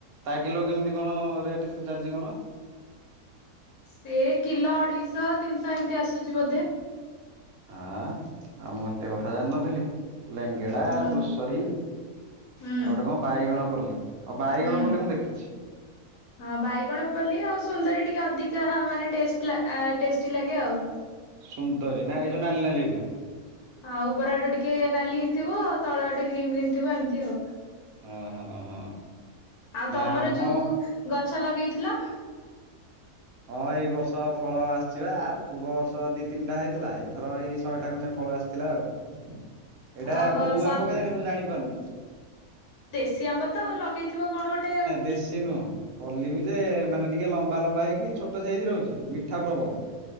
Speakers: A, on the right (about 70°); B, on the left (about 75°).
A: ତା କିଲୋ କେମିତି କଣ ରେଟ ଚାଲିଛି କଣ?
B: ସେ କିଲୋ ଅଢେଇଶ ତିନିଶହ ଏମିତି ଆସୁଛି ବୋଧେ।
A: ହଁ ଆଉ ମୁଁ ଏତେ କଥା ଜାଣିିନଥିଲି। ଲେଙ୍ଗେଡ଼ା
B: ହୁଁ
A: ଦୋସରୀ ଆଉ
B: ହୁଁ
A: ଗୋଟେ କଣ ବାଇଗଣ ପଲ୍ଲୀ ହଉ ବାଇଗଣ
B: ହୁଁ।
A: ପଲ୍ଲି ମୁଁ ଦେଖିଛି।
B: ହଁ ବାଇଗଣ ପଲ୍ଲି ଆଉ ସୁନ୍ଦରୀ ଟିକେ ଅଧିକା ମାନେ ଟେଷ୍ଟ ଟେଷ୍ଟି ଲାଗେ ଆଉ।
A: ସୁନ୍ଦରୀ ନା ଏଇ ଯୋଉ ନାଲି ନାଲି ହେଇଥିବ।
B: ହଁ ଉପର ଆଡୁ ଟିକେ ନାଲି ଖାଲି ହେଇଥିବ ତଳ ଗଟେ ଗ୍ରୀନ୍ ଗ୍ରୀନ୍ ଥିବ ଏମିତି ଆଉ
A: ହଁ ହଁ ହଁ।
B: ଆଉ
A: ନାଇଁ
B: ତମର
A: ଆମ
B: ଯୋଉ ଗଛ ଗଛ ଲଗେଇଥିଲ।
A: ହଁ ଏଇ ବର୍ଷ ଫଳ ଆସିଯିବା ପୂର୍ବ ବର୍ଷ ଦି ତିନିଟା ହେଇଥିଲା ଏଇଥର ଏଇ ଶହେଟା ଖଣ୍ଡେ ଫଳ ଆସିଥିଲା ଆଉ। ଏଇଟା
B: ଓହୋ
A: କୋଉ
B: ସଲ
A: ଆମ୍ୱ କେଜାଣି ମୁଁ ଜାଣି ପାରୁନି।
B: ଦେସି ଆମ୍ୱ ତ ଆଉ ଲଗେଇଛି ଥିବ କଣ ଗୋଟେ ଆଉ
A: ଦେଶୀ ନୁହଁ କଲିମି ଯେ ମାନେ ଟିକେ ଲମ୍ବା ଲମ୍ବା ହେଇକି ଛୋଟ ସାଇଜ ରହୁଛି ମିଠା ପ୍ରବଳ।